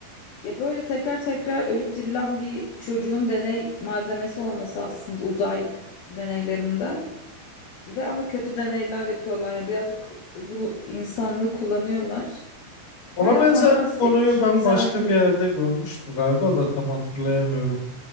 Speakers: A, on the left (about 70°); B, on the left (about 30°).
A: Ya böyle tekrar tekrar ölüp dirilen bir çocuğun deney malzemesi olması aslında uzay deneylerinde. Ve ama kötü deneyler yapıyorlar. Yani birazcık bunu insanlığı kullanıyorlar.
B: ona
A: Baya
B: benzer
A: fantastik,
B: bir konuyu ben
A: mizahi.
B: başka bir yerde görmüştüm galiba da tam hatırlayamıyorum.